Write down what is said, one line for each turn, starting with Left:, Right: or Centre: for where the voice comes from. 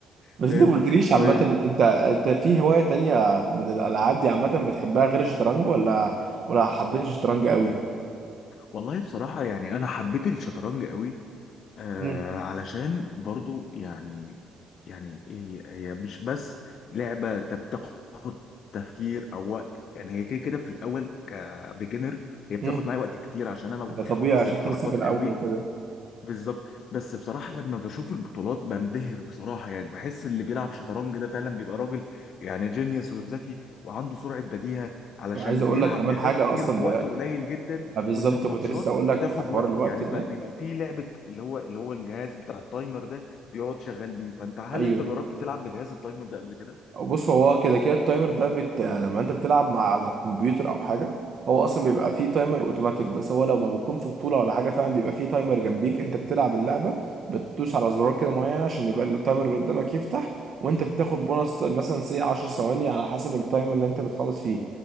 Right: بس
Left: فهمتك
Right: انت ما قلتليش عامة
Left: طيب
Right: انت انت في هواية تانية من الالعاب دي عامة بتحبها غير الشطرنج ولا ولا حبيت الشطرنج قوي؟
Left: والله بصراحة يعني أنا حبيت الشطرنج قوي آه
Right: امم
Left: علشان برضو يعني يعني هي هي مش بس لعبة بتاخد تفكير او وقت يعني هي كده كده في الاول كبيجنر هي بتاخد
Right: امم
Left: معايا وقت كتير عشان انا ما ببقاش
Right: ده طبيعي
Left: حافظ
Right: عشان
Left: الحركات
Right: انت لسه في الاول
Left: قوي
Right: وكده
Left: بالظبط بس بصراحة لما بشوف البطولات بنبهر بصراحة يعني بحس اللي بيلعب شطرنج ده فعلا بيبقى راجل يعني جينيوس وذكي وعنده سرعة بديهة علشان
Right: وعايز اقول
Left: بيلعب
Right: لك كمان
Left: لعبات
Right: حاجة
Left: كتير
Right: اصلا
Left: في
Right: ده
Left: وقت قليل جدا
Right: ما بالظبط
Left: وإن الماتشات
Right: كنت لسه اقول لك
Left: بتاخد
Right: في حوار
Left: وقت
Right: الوقت
Left: يعني
Right: ده
Left: ب- بيبقى فيه لعبة اللي هو اللي هو الجهاز بتاع التايمر ده بيقعد شغال بيه فأنت هل
Right: ايوه
Left: أنت جربت تلعب بجهاز التايمر ده قبل كده؟
Right: بص هو كده كده التايمر ده بت... لما انت بتلعب مع على الكمبيوتر او حاجه هو اصلا بيبقى فيه تايمر اوتوماتيك بس هو لو ما بتكون في بطوله ولا حاجه فعلا بيبقى فيه تايمر جنبيك انت بتلعب اللعبه بتدوس على زرار كده معين عشان يبقى التايمر اللي قدامك يفتح وانت بتاخد بونص مثلا سي 10 ثواني على حسب التايمر اللي انت بتخلص فيه